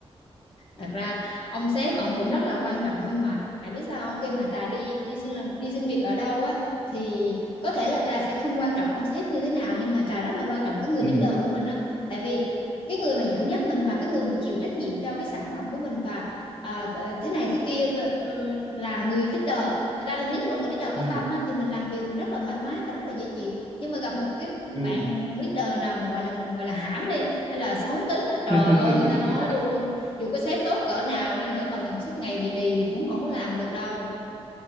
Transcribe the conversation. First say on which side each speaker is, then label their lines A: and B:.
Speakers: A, on the left (about 55°); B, on the left (about 25°).
A: thật ra ông sếp ông cũng rất là quan trọng nhưng mà Hải biết sao không? khi mà Trà đi đi xin làm đi xin việc ở đâu á thì có thể là Trà sẽ không quan trọng ông sếp như thế nào nhưng mà Trà rất là quan trọng cái người
B: ừ,
A: leader của mình á tại vì cái người mà dẫn dắt mình và cái người mà chịu trách nhiệm cho cái sản phẩm của mình và à, thế này thế kia ờ, là người leader thật ra là nếu như mà người leader có
B: ừ,
A: tâm á, thì mình làm việc mình rất là thoải mái và rất là dễ chịu nhưng mà gặp một cái một
B: ừ.
A: bạn leader nào mà gọi là mình gọi là hãm đi hay là xấu tính á, trời
B: <laughs>
A: ơi ta nói luôn dù có sếp tốt cỡ nào đi nữa mà mình suốt ngày bị đì thì cũng không có làm được đâu